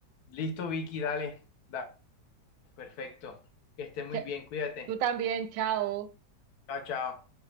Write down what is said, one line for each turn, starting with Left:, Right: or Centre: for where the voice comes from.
Left: listo, Vicky, dale. Dale. Perfecto. Que esté muy
Right: Cha-
Left: bien, cuídate.
Right: Tú también, chao.
Left: Chao, chao.